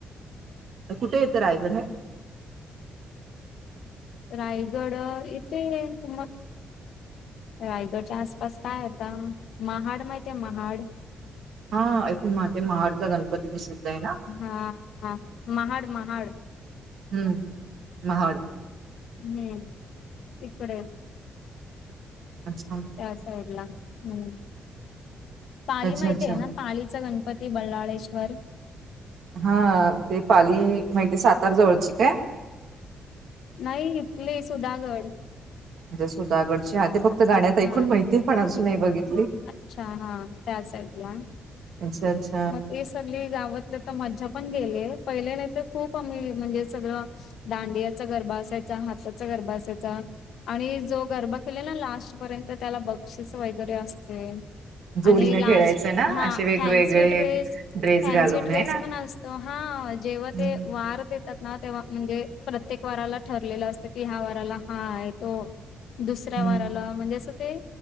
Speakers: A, on the right; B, on the left.
A: तर कुठे येतं रायगड हे
B: रायगड इथे मग रायगडच्या आसपास काय आता महाड माहित आहे महाड
A: हा ऐकूण माहित आहे महाडचा गणपती प्रसिद्ध आहे ना
B: हा हा महाड महाड
A: हम्म महाड
B: हम्म तिकडे
A: अच्छा
B: त्या साईडला हम पाली
A: अच्छा
B: माहिती
A: अच्छा
B: आहे ना पालीचा गणपती पती बल्लाळेश्वर
A: हा ते पाली माहितीये सातार जवळची काय
B: नाही इथली सुधागड
A: म्हणजे सुधाकडची आ ते फक्त गाण्यात ऐकून
B: हा
A: माहिती पण अजून नाही बघितली
B: अच्छा हा त्या साईडला
A: अच्छ अच्छा
B: मग ते सगळी गावातले तर मज्जा पण गेले पहिले नाही तर खूप आम्ही म्हणजे सगळं दांडियाचा गरबा असायचा हाताचा गरबा असायचा आणि जो गरबा केला ना लास्टपर्यंत त्याला बक्षीस वगैरे असते
A: जोडीनं
B: आणि लास्ट
A: खेळायचं ना
B: हा
A: असे वेगवेगळे
B: फॅन्सी ड्रेस
A: ड्रेस
B: फॅन्सी
A: घालून
B: ड्रेस
A: आहे ना?
B: पण असतं हा जेव्हा
A: हम्म
B: ते
A: हम्म.
B: वार देत देतात ना तेव्हा म्हणजे प्रत्येक वाराला ठरलेलं असतं कि ह्या वाराला हा आहे तो दुसऱ्या
A: हम्म
B: वाराला म्हणजे असं ते